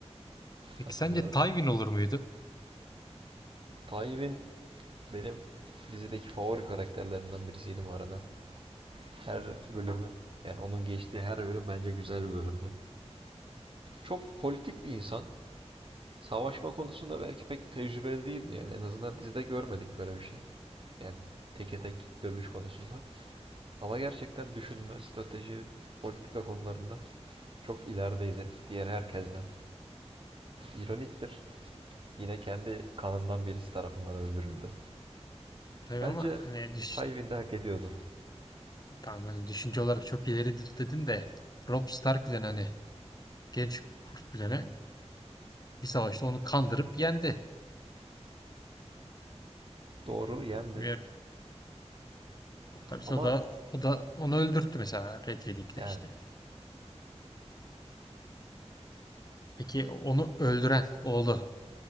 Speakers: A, on the left; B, on the right.
A: Peki
B: Katılıyorum.
A: sence Tywin olur muydu?
B: Tywin benim dizideki favori karakterlerinden birisiydi bu arada. Her bölümü yani onun geçtiği her bölüm bence güzel bir bölümdü. Çok politik bir insan Savaşma konusunda belki pek tecrübeli değildi yani en azından dizide görmedik böyle bir şey. Yani teke tek dövüş konusunda. Ama gerçekten düşünme, strateji, politika konularında çok ilerideydi diğer herkesten. İroniktir. Yine kendi kanından birisi tarafından öldürüldü.
A: Tabii
B: Bence
A: ama hani düş
B: Tywin de hak ediyordu.
A: tamam hani düşünce olarak çok ileri dedin de Robb Stark bile hani Genç kurt bilene bir savaşta onu kandırıp yendi.
B: Doğru yendi.
A: Ve tabii
B: Ama
A: o da o da onu öldürttü mesela Red Wedding'de
B: yani
A: işte. Peki onu öldüren oğlu